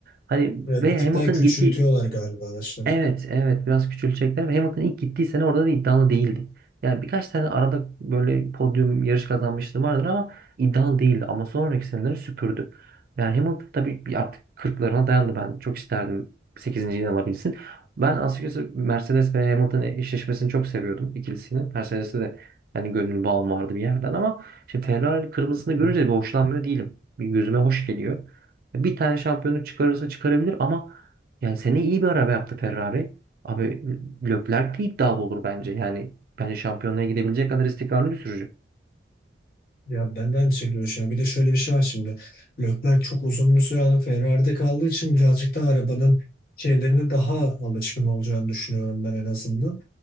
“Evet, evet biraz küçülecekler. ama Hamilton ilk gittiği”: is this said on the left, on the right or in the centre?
Right